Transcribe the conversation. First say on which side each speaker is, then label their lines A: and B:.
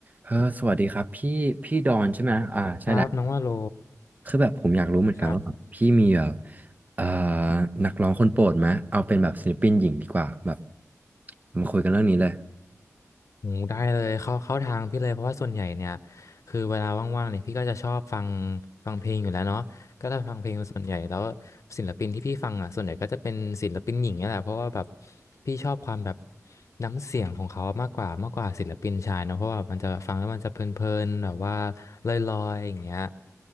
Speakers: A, on the right; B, on the left.
A: เออสวัสดีครับพี่พี่ดอนใช่ไหม อ่าใช่แหละ
B: ครับน้องว่าโล
A: คือแบบผมอยากรู้เหมือนกันว่าแบบพี่มีแบบ
B: ครับ
A: เอ่อนักร้องคนโปรดไหม เอาเป็นแบบศิลปินหญิงดีกว่าแบบมาคุยกันเรื่องนี้เลย
B: โอ้ได้เลยเข้าเข้าทางพี่เลยเพราะว่าส่วนใหญ่เนี่ยคือเวลาว่างๆเนี่ยพี่ก็จะชอบฟังฟังเพลงอยู่แล้วเนาะก็จะฟังเพลงเป็นส่วนใหญ่แล้วศิลปินที่พี่ฟังอ่ะส่วนใหญ่ก็จะเป็นศิลปินหญิงเนี่ยแหละเพราะว่าแบบพี่ชอบความแบบน้ำเสียงของเขามากกว่ามากกว่าศิลปินชายเนาะเพราะว่ามันจะฟังแล้วมันจะเพลินๆแบบว่าลอยๆอย่างเงี้ย